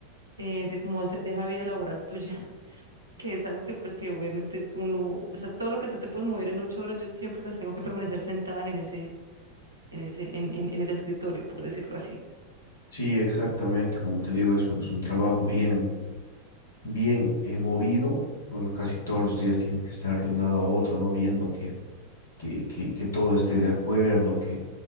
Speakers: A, on the right; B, on the left.
A: eh, de cómo esa, de esa vida laboral tuya que es algo que pues que obviamente uno, o sea, todo lo que tú te puedes mover en ocho horas, yo siempre las tengo que permanecer sentadas en ese, en ese, en, en, en el escritorio, por decirlo así.
B: Sí, exactamente, como te digo, es un, es un trabajo bien, bien eh, movido. Bueno, casi todos los días tienes que estar de un lado a otro, ¿no? Viendo que que, que, que todo esté de acuerdo, que,